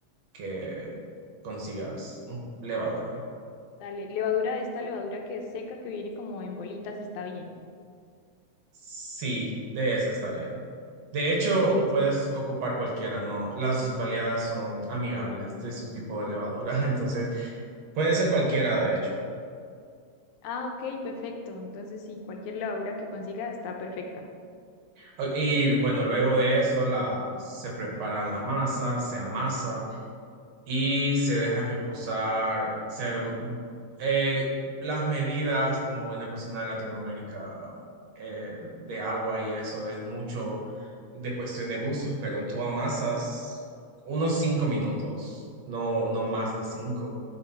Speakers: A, on the right; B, on the left.
A: que consigas un- levadura.
B: Dale, levadura de esta levadura que es seca, que viene como en bolitas, está bien.
A: Sí, de esa está bien. De hecho,
B: Ahí listo.
A: puedes ocupar cualquiera, ¿no? Las baleadas son amigables de su tipo de levadura, <laughs> entonces puede ser cualquiera, de hecho.
B: Ah, ok, perfecto. Entonces, sí, cualquier levadura que consiga está perfecta.
A: O- Y bueno, luego de eso la, se prepara la masa, se amasa. y se deja reposar. Se, mm, eh, las medidas, como buena cocina de Latinoamérica, eh, de agua y eso, es mucho de cuestión de gustos, pero tú amasas unos cinco minutos, no, no más de cinco,